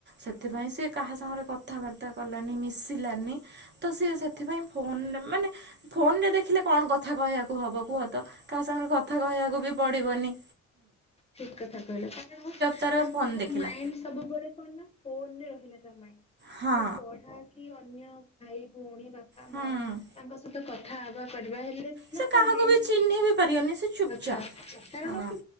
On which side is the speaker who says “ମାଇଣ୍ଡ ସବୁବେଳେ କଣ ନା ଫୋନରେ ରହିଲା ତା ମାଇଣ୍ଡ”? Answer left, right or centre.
Left